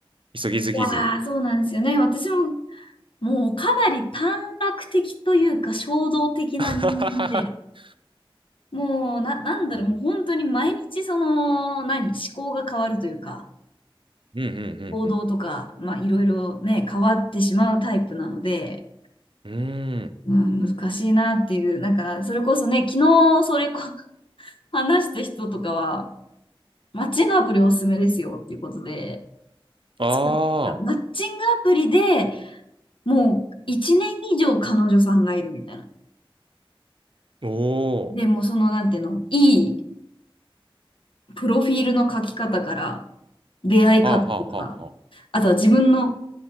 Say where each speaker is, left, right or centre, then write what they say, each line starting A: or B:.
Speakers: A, on the right; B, on the left.
A: 急ぎすぎず。
B: いやー、そうなんですよね。私も、もうかなり短絡的というか、衝動的な人間で、
A: <laughs>
B: もう、な、なんだろう、
A: うん
B: もう本当に毎日その、何、思考が変わるというか、
A: うんう
B: 行動とか、
A: ん
B: まあ、いろいろね、変わってしまうタイプなので、
A: うん。うーん。
B: うん、難しいなっていう、なんか、それこそね、昨日、それこ、話した人とかは、マッチングアプリおすすめですよっていうことで、
A: ああ、
B: すごいマッチングアプリでもう1年以上彼女さんがいるみたいな。
A: おお。
B: で、もうその、なんていうの、いいプロフィールの書き方から、出会い方とか、
A: はあはあはあはあ。
B: あとは自分の、